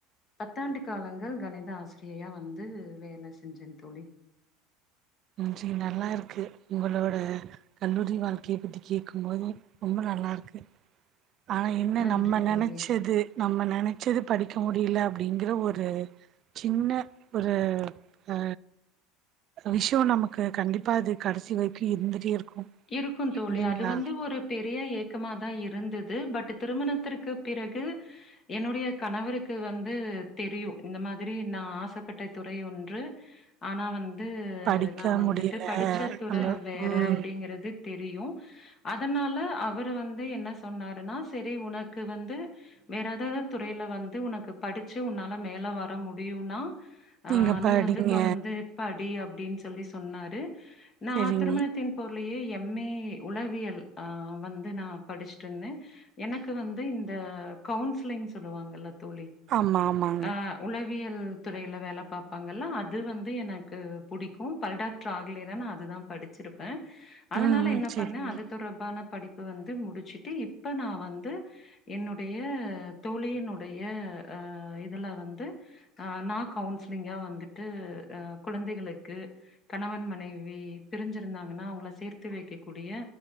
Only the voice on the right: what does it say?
ம் ஜி நல்லா இருக்கு உங்களோட கல்லூரி வாழ்க்கையை பத்தி கேட்கும் போது ரொம்ப நல்லா இருக்கு ஆனா என்ன
நம்ம நெனச்சது
நம்ம நெனச்சது படிக்க முடியல அப்டிங்கற ஒரு சின்ன ஒரு ஆ விஷயோ நமக்கு கண்டிப்பா அது கடைசி வரைக்கு இருந்துட்டே இருக்கு
இல்லைங்களா
படிக்க
முடியல
நம்ம
ம்
நீங்க படிங்க
செரிங்க
ஆமா ஆமாங்க
ம் ம்
செரிங்க